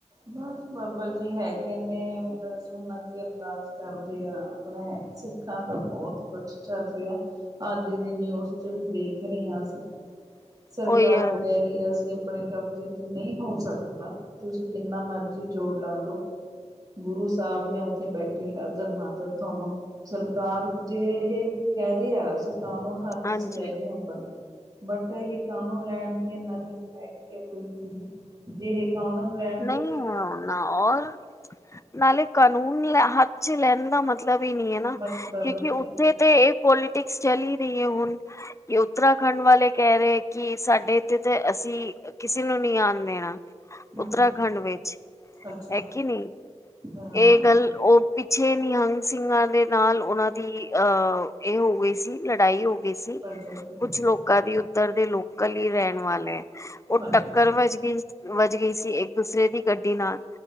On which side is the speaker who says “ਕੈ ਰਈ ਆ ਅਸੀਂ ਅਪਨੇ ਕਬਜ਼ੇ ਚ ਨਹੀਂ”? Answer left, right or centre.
Right